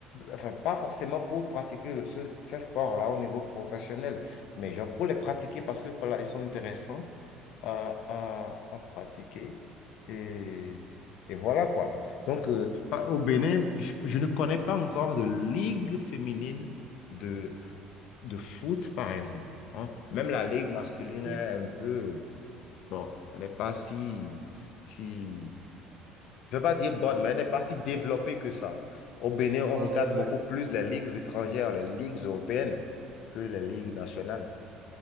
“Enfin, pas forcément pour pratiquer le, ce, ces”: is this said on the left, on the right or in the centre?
Left